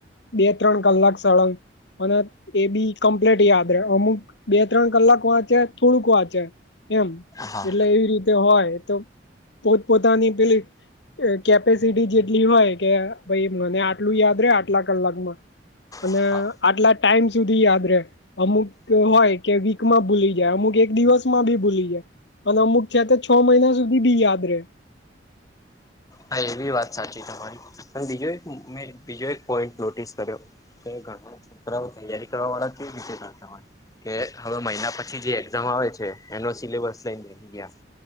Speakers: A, on the left; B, on the left.
A: બે ત્રણ કલાક સળંગ અને એ બી કમ્પ્લીટ યાદ રહે અમુક બે ત્રણ કલાક વાંચે થોડુંક વાંચે એમ
B: હા
A: એટલે એવી રીતે હોય તો પોત પોતાની પેલી કેપેસિટી જેટલી હોય કે ભાઈ મને આટલું યાદ રે આટલા કલાકમાં અને
B: હા
A: આટલા ટાઈમ સુધી યાદ રે અમુક હોય કે વીકમાં ભૂલી જાય અમુક એક દિવસમાં ભી ભૂલી જાય અને અમુક છે તે છ મહિના સુધી બી યાદ રહે.
B: હા એવી વાત સાચી તમારી પણ બીજો એક મે બીજો એક પોઈન્ટ નોટિસ કર્યો. તો ઘણા છોકરાઓ તૈયારી કરવા વાળા કેવી રીતે થાય તમારે કે હવે મહિના પછી જે એક્ઝામ આવે છે એનો સિલેબસ લઈને બેહી ગિયા